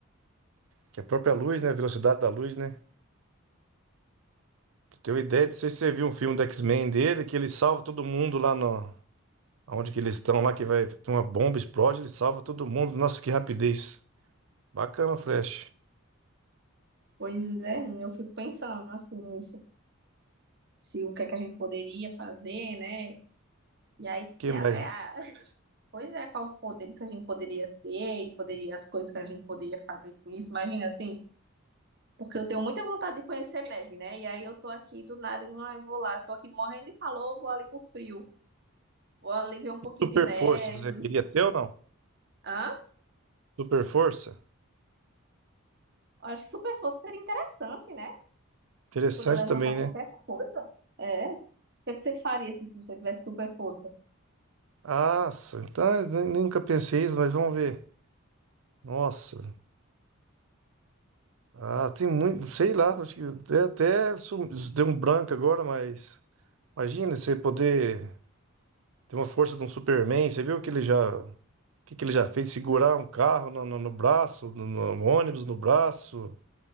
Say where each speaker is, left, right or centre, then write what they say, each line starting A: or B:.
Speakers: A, on the right; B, on the right.
A: Que a própria luz, né? A velocidade da luz, né? Pra ideia, não sei se você viu um filme do X-Men dele, que ele salva todo mundo lá no... Onde que eles estão lá, que vai... Tem uma bomba, explode, ele salva todo mundo. Nossa, que rapidez. Bacana, Flash.
B: Pois é, eu fico pensando assim nisso. se o que é que a gente poderia fazer, né? E aí
A: Que
B: tem
A: mais?
B: até a... <laughs> Pois é, quais os poderes que a gente poderia ter e poderia, as coisas que a gente poderia fazer com isso. Imagina assim, porque eu tenho muita vontade de conhecer neve, né? E aí eu tô aqui do nada e ah, eu vou lá, tô aqui morrendo de calor, vou ali pro frio. Vou ali ver um pouquinho
A: Super
B: de neve.
A: força, você queria ter ou não?
B: Hã?
A: Super força?
B: Acho que super força seria interessante, né?
A: Interessante
B: Se puder levantar
A: também, né?
B: qualquer coisa. É. O que é que você faria assim, se você tivesse super força?
A: Nossa, então nem- nunca pensei isso, mas vamos ver. Nossa. Ah, tem muito, sei lá, acho que até, até sum- deu um branco agora, mas imagina você poder Tem uma força de um Superman. Você viu o que ele já, o que que ele já fez? Segurar um carro no, no- no braço, no, no ônibus no braço.